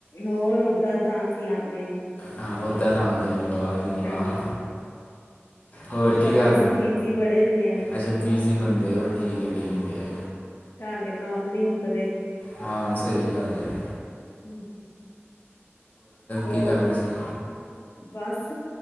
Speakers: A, on the left; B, on the left.
A: ਹੋਰ ਓਦਾਂ ਤਾਂ ਅਸੀਂ ਆਉਂਦੇ ਨੀ।
B: ਹਾਂ ਉਹਦਾ ਤਾਂ ਆਉਂਦੇ ਨੀ। ਵਾਹ ਜੀ ਵਾਹ।
A: ਹਾਂਜੀ
B: ਹੋਰ
A: ਕਿਉਂਕਿ
B: ਕੀ ਕਰ
A: ਅਸੀਂ
B: ਰਹੇ।
A: ਬਿਜੀ ਬੜੇ ਹੁੰਦੇ ਹਾਂ
B: ਅੱਛਾ ਬੀਜ਼ੀ ਬੰਦੇ ਉਹ ਠੀਕ ਹੈ-ਠੀਕ ਹੈ।
A: ਘਰ ਦੇ ਕੰਮ ਨਹੀਂ ਮੁੱਕਦੇ।
B: ਹਾਂ ਸਹੀ ਗੱਲ ਹੈ।
A: ਹੂੰ। ਹੋਰ,
B: ਕੀ ਕਰ ਰਹੇ ਸੀ
A: ਬਸ